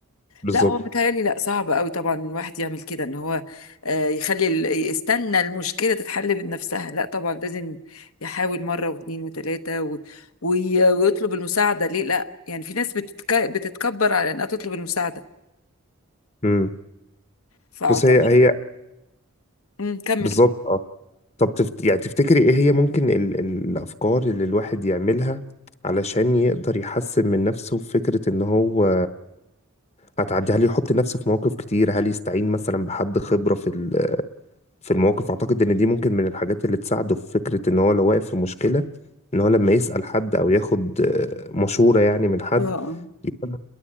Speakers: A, on the left; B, on the left.
A: بالظبط
B: لا هو متهيألي لا صعب قوي طبعا الواحد يعمل كده ان هو آه يخلي ال- يستنى المشكلة تتحل بنفسها لا طبعا لازم يحاول مرة واثنين وثلاثة و... وي... ويطلب المساعدة ليه لا يعني في ناس بتتك... بتتكبر على انها تطلب المساعدة
A: امم
B: فاعتقد
A: بس هي هي
B: مم، كمل
A: بالظبط طب تفت... يعني تفتكري ايه هي ممكن ال... ال- الافكار اللي الواحد يعملها علشان يقدر يحسن من نفسه في فكرة ان هو هتعدي هل يحط نفسه في مواقف كتير هل يستعين مثلا بحد خبرة في ال... في المواقف اعتقد ان دي ممكن من الحاجات اللي تساعده في فكرة ان هو لو واقف في مشكلة ان هو لما يسأل حد او ياخد آه، مشورة يعني من حد
B: اه
A: يكون